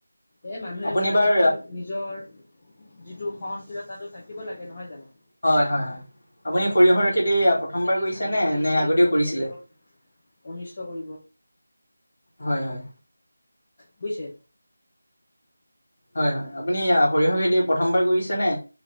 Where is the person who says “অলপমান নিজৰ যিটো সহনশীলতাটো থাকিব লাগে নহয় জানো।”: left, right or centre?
Left